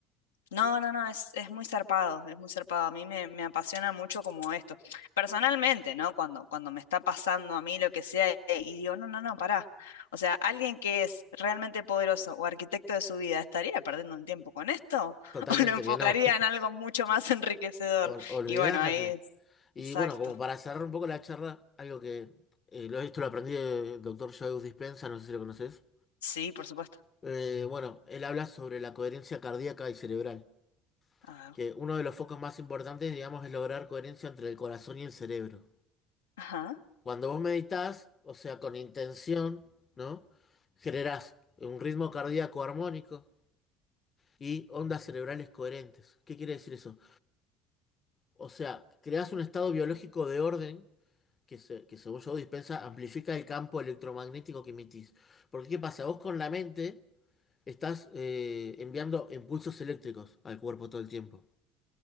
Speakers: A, on the left; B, on the left.
A: No, no, no, es, es muy zarpado, es muy zarpado. A mí me, me apasiona mucho como esto. Personalmente, ¿no? Cuando, cuando me está pasando a mí lo que sea eh, y digo, no, no, no, pará. O sea, alguien que es realmente poderoso o arquitecto de su vida, ¿estaría perdiendo un tiempo con esto?
B: Totalmente
A: <laughs> ¿O lo enfocaría
B: que no. <laughs>
A: en algo mucho más enriquecedor?
B: Ol- olvídate.
A: Y bueno, ahí es.
B: Y
A: Exacto.
B: bueno, como para cerrar un poco la charla, algo que eh, lo, esto lo aprendí del doctor Joe Dispenza, no sé si lo conoces.
A: Sí, por supuesto.
B: Eh, bueno, él habla sobre la coherencia cardíaca y cerebral,
A: A ver.
B: que uno de los focos más importantes, digamos, es lograr coherencia entre el corazón y el cerebro.
A: Ajá.
B: Cuando vos meditas, o sea, con intención, ¿no? Generás un ritmo cardíaco armónico y ondas cerebrales coherentes. ¿Qué quiere decir eso? O sea, creás un estado biológico de orden que, se- que según Joe Dispensa, amplifica el campo electromagnético que emitís. Porque ¿qué pasa? Vos con la mente estás eh, enviando impulsos eléctricos al cuerpo todo el tiempo.